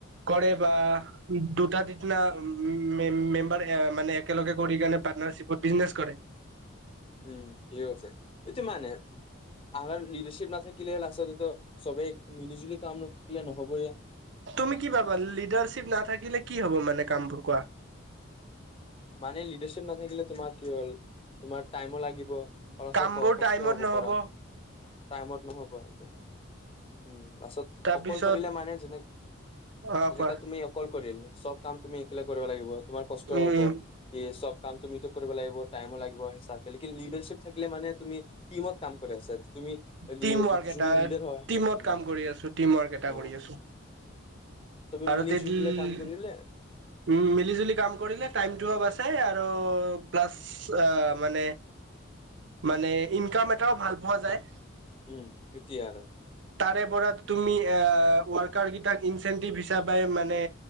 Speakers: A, on the right; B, on the left.
A: কৰে বা দুটা- না মেম মেম্বাৰ মানে একেলগে কৰিকিনে পাৰ্টনাৰশ্বিপত বিজনেছ কৰে।
B: উম ঠিক আছে সেইটো মানে। আমাৰ লিডাৰশ্বিপ নাথাকিলে লাষ্টততো চবেই মিলি জুলি কাম নকৰিলে নহবয়ে।
A: তুমি কি ভাবা লিডাৰশ্বিপ নাথাকিলে কি হ'ব মানে কামবোৰ কোৱা?
B: মানে লিডাৰশ্বিপ নাথাকিলে তোমাৰ কি হ'ল তোমাৰ টাইমো লাগিব, অলচক
A: কামবোৰ
B: ক কষ্টও
A: টাইমত
B: হব
A: নহ'ব
B: কৰা। টাইমত নহ'ব সেইটো। উম পাছত
A: তাৰপিছত
B: অকল কৰিলে মানে যেনে
A: অ
B: যেনেকা
A: কোৱা
B: তুমি- কল কৰিল চব কাম তুমি একলে কৰিব লাগিব তোমাৰ কষ্টও
A: উম
B: হব।
A: উম
B: ই চব কাম তুমিতো কৰিব লাগিব টাইমো লাগিব হিচাপে লেকিন লিডাৰশ্বিপ থাকিলে মানে তুমি- টিমত কাম কৰি আছে তুমি লি
A: টিম ৱৰ্ক এটা
B: জুই লিডাৰ হয়।
A: টিমত
B: উম
A: কাম কৰি আছো টিম ৱৰ্ক এটা
B: অ'
A: কৰি আছো
B: চবে
A: আৰু
B: মিলি
A: তে
B: যিবিলাক কাম কৰিলে।
A: উম মিলি জুলি কাম কৰিলে টাইমটো অভাৰ চাই আৰু প্লাছ- চা মানে মানে ইনকাম এটাও ভাল পোৱা যায়।
B: উম এতিয়া আৰু-
A: তাৰে পৰা তুমি এ ৱাৰকাৰ কেইটাক ইনচেন্টিভ হিচাপে মানে-